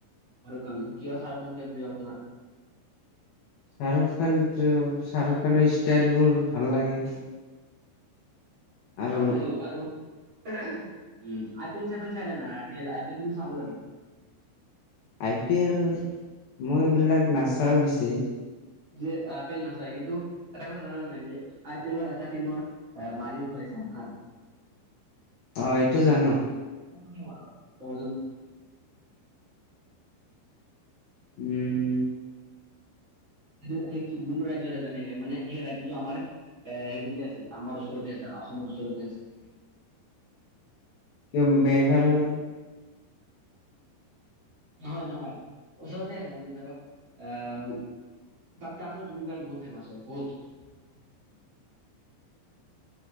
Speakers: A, on the right; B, on the left.
A: আৰু কানুন কিয় শাৰুখান প্ৰিয় আপোনাৰ
B: শাৰু খান প্ৰ শাৰু খানৰ ষ্টাইল বোৰ ভাল লাগে। আৰু
A: গম পাইছো আৰু উম আই পি এল চাই পি এল চাই নে নাই আই পি এল মানে চাব লাগে।
B: আই পি এল মই এইবিলাক নাচাও বেছি
A: যে আই পি এল নাচায় কিন্তু এটা কথা জান নে নাই যে আই পি এলৰ এটা টিমৰ মালিক হৈ আছে ভাত
B: অ এইটো জানো
A: কোনটো টিমৰ হয় কবচোন
B: উম
A: সেইটো সেই কোনটো ৰাজ্যৰ হয় জানে মানে সেই ৰাজ্যতো আমাৰ এ হেৰিতে আছে আমাৰ ওচৰতে আছে অসমৰ ওচৰতে আছে।
B: কিয় মেঘালয়?
A: নহয় নহয় ওচৰতে আছে মানে ধৰক অহ তাত তাতো জুবিন গাৰ্গ বহুত ফেমাছ হয় বহুত।